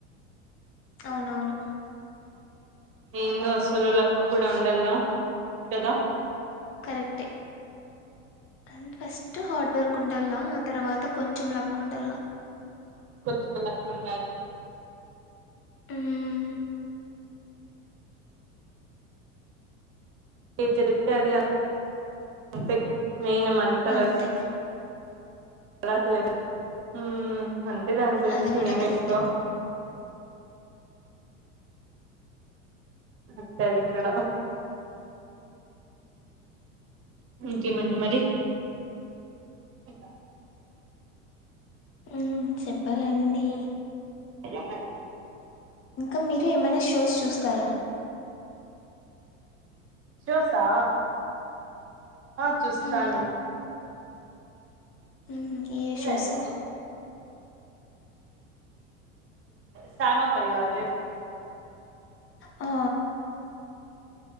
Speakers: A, on the left; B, on the right.
A: అవునవును
B: ఏందో అసలు లక్క కూడా ఉండలా కదా
A: కరెక్టే అండ్ ఫస్ట్ హార్డ్ వర్క్ ఉండలా ఆ తర్వాత కొంచెం లక్ ఉండలా
B: కొద్దిగా లక్ ఉండాలి
A: హ్మ్
B: ఏది జరిగితే అది అనుకోవాలి అంతే మైన్ మన తల
A: అంతే
B: త హ్మ్ అంతె దాని గురించి
A: అది కూడా
B: నేను
A: కరెక్టే
B: ఎక్కువ ఉంటాదికాడ ఇంకేమండి మరి ఇంకా
A: హ్మ్ చెప్పాలండి
B: అయిందే
A: ఇంకా మీరు ఏమైనా షోస్ చూస్తారా
B: షోస్సా ఆ చూస్తాను
A: హ్మ్ ఉహామ్ ఏ
B: లేదంటే
A: షోశు
B: స్టార్ మా పరివారు
A: ఆ